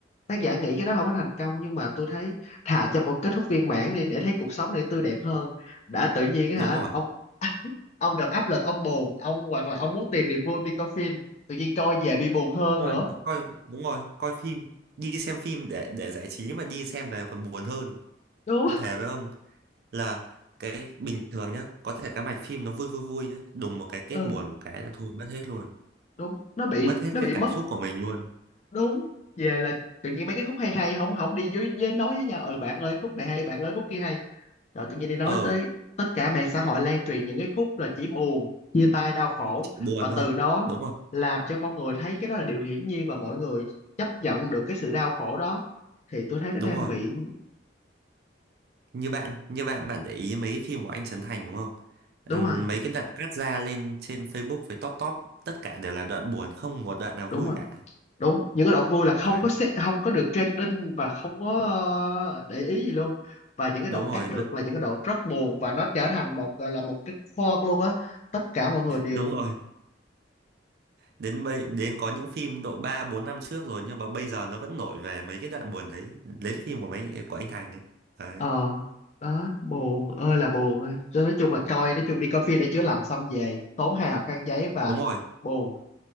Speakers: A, on the left; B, on the right.
A: tác giả nghĩ cái đó không có thành công nhưng mà tôi thấy thà cho một kết thúc viên mãn đi để thấy cuộc sống này tươi đẹp hơn đã tự nhiên á
B: đúng
A: hả
B: rồi
A: ông ông gặp áp lực ông buồn ông hoặc là ông muốn tìm niềm vui ông đi coi phim tự nhiên coi về bị buồn hơn
B: đúng rồi
A: nữa
B: coi đúng rồi coi phim đi xem phim để để giải trí mà đi xem về còn buồn hơn
A: đúng
B: tôi thề với ông là cái bình thường nhá có thể cái mạch phim nó vui vui vui nhá đùng một cái kết
A: Ừ.
B: buồn một cái là thôi mất hết luôn
A: đúng nó bị
B: mất hết
A: nó
B: cái
A: bị
B: cảm
A: mất
B: xúc của mình luôn
A: đúng về là tự nhiên mấy cái khúc hay hay không không đi với, với nói với nhau ừ bạn ơi khúc này hay bạn ơi khúc kia hay rồi tự nhiên đi nói
B: ờ
A: tới tất cả mạng xã hội lan truyền những cái khúc là chỉ buồn chia tay đau khổ
B: chỉ buồn
A: và
B: thôi
A: từ đó
B: đúng rồi
A: làm cho con người thấy cái đó là điều hiển nhiên và mọi người chấp nhận được cái sự đau khổ đó thì tôi thấy nó
B: đúng
A: đang
B: rồi
A: bị
B: như bạn như bạn bạn để ý mấy cái phim của anh Trấn Thành đúng không Ừm,
A: đúng rồi
B: mấy cái đoạn cắt ra lên trên Facebook với top top tất cả đều là đoạn buồn không một đoạn nào
A: đúng
B: vui
A: rồi
B: cả
A: đúng những cái đoạn vui là không
B: đấy
A: có se- không có được trending và không có ờ, để ý gì luôn và những cái
B: đúng
A: đoạn cắt
B: rồi
A: được
B: nó-
A: là những cái đoạn rất buồn và nó trở thành một gọi là một cái khoan luôn á tất cả mọi người đều
B: đúng rồi đến bây đến có những phim độ 3, 4 năm trước rồi nhưng mà bây giờ nó vẫn nổi về mấy cái đoạn buồn đấy lấy phim của mấy của anh Thành đấy đấy
A: ờ đó buồn ơi là buồn á. Cho nên nói chung là coi nói chung đi coi phim để chữa lành xong về tốn hai hộp khăn giấy và
B: đúng rồi
A: buồn